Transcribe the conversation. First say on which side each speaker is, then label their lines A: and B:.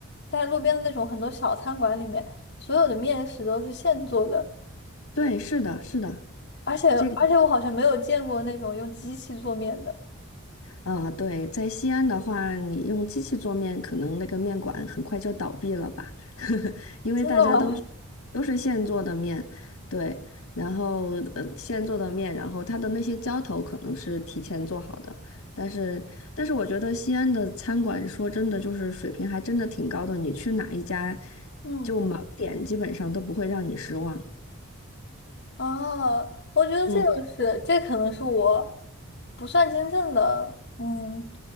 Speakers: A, on the left; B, on the left.
A: 在路边的那种很多小餐馆里面，所有的面食都是现做的，
B: 对，是的，是的。
A: 而且而且我好像没有见过那种用机器做面的，
B: 这个啊，对，在西安的话，你用机器做面，可能那个面馆很快就倒闭了吧，<laughs> 因为大家都是都是现做的面，
A: 真的吗？
B: 对，然后呃现做的面，然后它的那些浇头可能是提前做好的，但是但是我觉得西安的餐馆说真的就是水平还真的挺高的，你去哪一家
A: <laughs> 嗯。
B: 就盲点基本上都不会让你失望。
A: 哦，我觉得这种是，
B: 嗯
A: 这可能是我不算真正的，嗯，